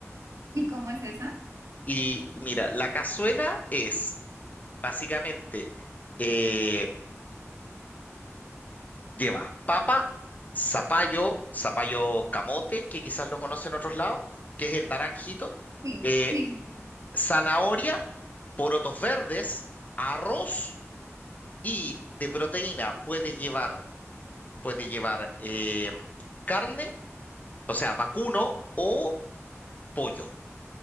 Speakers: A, on the right; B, on the left.
A: ¿Y cómo es esa?
B: Y mira, la cazuela es básicamente, eh, lleva papa, zapallo, zapallo camote, que quizás lo conocen en otros lados, que es el naranjito,
A: Sí,
B: eh,
A: sí, sí. sí.
B: zanahoria, porotos verdes, arroz. Y de proteína puede llevar, puede llevar eh, carne, o sea, vacuno o pollo.